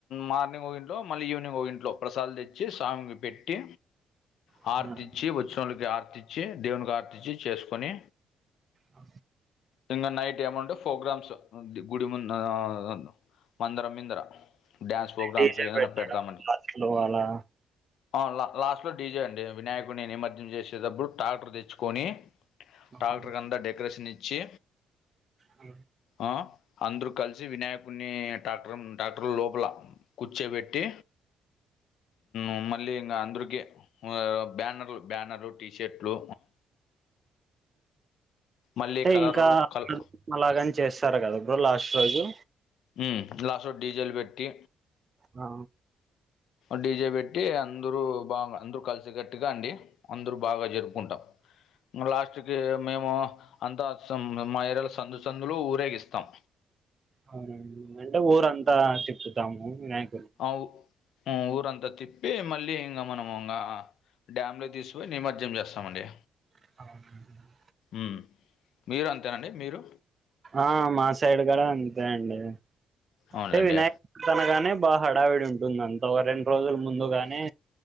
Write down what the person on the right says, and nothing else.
అవునండి.
అ
డీజే
పెట్టడం
బస్లో అలా
అవునండి
అ
టె
ఇంకా
అలాగని చేస్తారు గదా బ్రో లాస్ట్ రోజు
ఆ
అవునండి అంటే ఊరంతా తిప్పుతాము వినాయ్
అవునా
ఆ మా సైడ్ గడ అంతే అండి
టే వినాయక తానగాని బా హడావిడి ఉంటుంది అంత రెండు రోజుల ముందుగానే